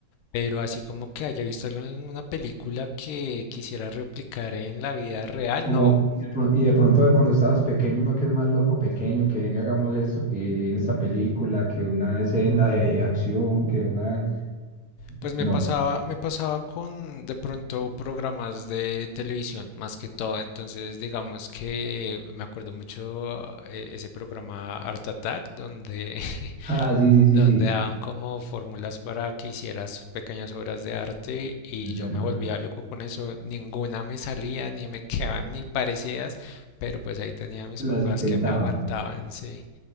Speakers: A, on the left; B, in the centre.
A: Pero así como que haya visto algo en una película que quisiera replicar en la vida real,
B: Como,
A: no,
B: y de pro- y de pronto de cuando estabas pequeño, uno que es más loco pequeño, que venga, hagamos esto, que en esta película, que una escena de <laughs> acción, que una...
A: Pues me
B: No.
A: pasaba, me pasaba con de pronto programas de televisión, más que todo. Entonces, digamos que me acuerdo mucho eh, ese programa Art Attack, donde, <laughs>
B: Ah, sí, sí, sí,
A: donde
B: sí,
A: daban como fórmulas para que hicieras pequeñas obras de arte y
B: es
A: yo
B: verdad.
A: me volvía loco con eso. Ninguna me salía, ni me quedaban ni parecidas, pero pues ahí tenía a mis
B: Las
A: papás
B: intentaba.
A: que me aguantaban, sí.